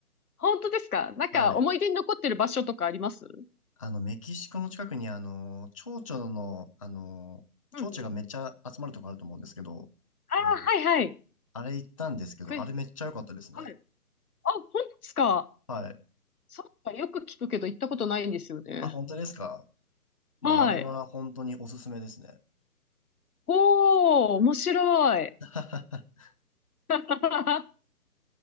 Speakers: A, on the left; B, on the left.
A: 本当ですかなんか思い出に残ってる場所とかあります
B: はい。あの、メキシコの近くに、あの、蝶々の、あの、
A: うんうん。
B: 蝶々がめっちゃ集まるとこあると思うんですけど、
A: ああはいはい。
B: えーあれ行ったんですけど、
A: くえ、
B: あれめっちゃ良かったですね。
A: はい。あ、本当ですか
B: はい。
A: そっか、よく聞くけど行ったことないんですよね。
B: あ、本当ですか
A: はい。
B: もうあれは本当におすすめですね。
A: おー、面白い。
B: <laughs>
A: <laughs>